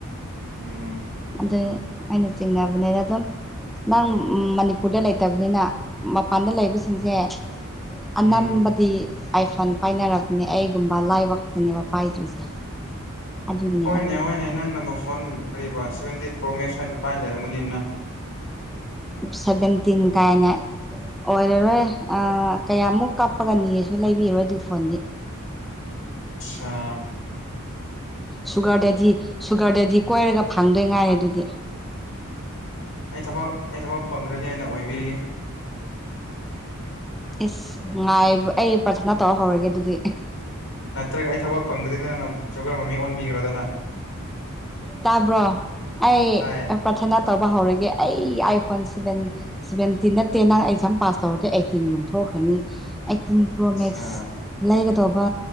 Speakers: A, on the left (about 80°); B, in the centre.
A: ꯎꯝ
B: ꯑꯗꯨ ꯑꯩꯅ ꯆꯤꯡꯅꯕꯅꯦꯗ ꯑꯗꯨꯝ ꯅꯪ ꯃꯅꯤꯄꯨꯔꯗ ꯂꯩꯇꯕꯅꯤꯅ ꯃꯄꯥꯟꯗ ꯂꯩꯕꯁꯤꯡꯁꯦ
A: ꯎꯝ ꯎꯝ
B: ꯑꯅꯝꯕꯗꯤ ꯑꯥꯏꯐꯣꯟ ꯄꯥꯏꯅꯔꯕꯅꯦ ꯑꯩꯒꯨꯝꯕ ꯂꯥꯏꯕꯛꯇꯨꯅꯦꯕ ꯄꯥꯏꯗꯣꯏꯁꯦ ꯑꯗꯨꯒꯤꯅꯤꯗ
A: ꯍꯣꯏꯅꯦ ꯍꯣꯏꯅꯦ ꯅꯪ ꯅꯕꯨ ꯐꯣꯟ ꯀꯔꯤꯕ ꯁꯚꯦꯟꯇꯤꯟ ꯄ꯭ꯔꯣ ꯃꯦꯛꯁ ꯁꯋꯥꯏꯗ ꯄꯥꯏ ꯂꯩꯔꯝꯃꯅꯤꯅ
B: ꯁꯚꯦꯟꯇꯤꯟ ꯀꯥꯏꯅ ꯑꯣꯏꯔꯔꯣꯏ ꯀꯌꯥꯃꯨꯛ ꯀꯥꯞꯄꯒꯅꯤꯁꯨ ꯂꯩꯕꯤꯔꯣꯏ ꯑꯗꯨ ꯐꯣꯟꯗꯤ
A: ꯑꯆꯥ
B: ꯁꯨꯒꯔꯗꯗꯤ ꯁꯨꯒꯔꯗꯗꯤ ꯀꯣꯏꯔꯒ ꯐꯪꯗꯣꯏ ꯉꯥꯏꯔꯦ ꯑꯗꯨꯗꯤ
A: ꯑꯩ ꯊꯕꯛ ꯑꯩ ꯊꯕꯛ ꯐꯪꯈ꯭ꯔꯗꯤ ꯑꯩꯅ ꯑꯣꯏꯕꯤꯔꯤꯒꯦ
B: ꯏꯁꯁ ꯉꯥꯏꯕ ꯑꯩ ꯄꯔꯊꯅꯥ ꯇꯧꯔ ꯍꯧꯔꯒꯦ ꯑꯗꯨꯗꯤ
A: ꯅꯠꯇ꯭ꯔꯒ ꯑꯩ ꯊꯕꯛ ꯐꯪꯗ꯭ꯔꯤꯗ ꯅꯪꯅ ꯁꯨꯒꯔ ꯃꯃꯤꯡ ꯑꯣꯟꯕꯤꯈ꯭ꯔꯣꯗꯅ
B: ꯇꯥꯕ꯭ꯔꯣ ꯑꯩ
A: ꯇꯥꯏꯌꯦ
B: ꯄ꯭ꯔꯥꯊꯅꯥ ꯇꯧꯕ ꯍꯧꯔꯒꯦ ꯑꯩ ꯦꯟ ꯁꯚꯦꯟꯇꯤꯟ ꯅꯠꯇꯦ ꯅꯪ ꯑꯦꯛꯖꯥꯝ ꯄꯥꯁ ꯇꯧꯔꯗꯤ ꯑꯩꯠꯇꯤꯟꯒꯨꯝ ꯊꯣꯛꯈ꯭ꯔꯅꯤ ꯇꯤꯟ ꯄ꯭ꯔꯣ ꯃꯦꯛꯁ
A: ꯑ
B: ꯂꯩꯒꯗꯧꯕ